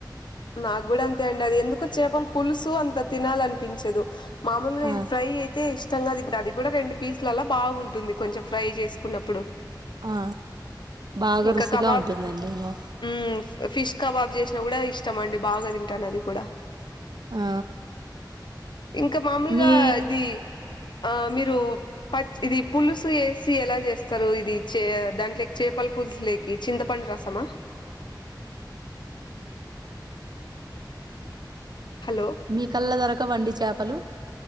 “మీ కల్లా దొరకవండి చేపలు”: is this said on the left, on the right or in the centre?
Right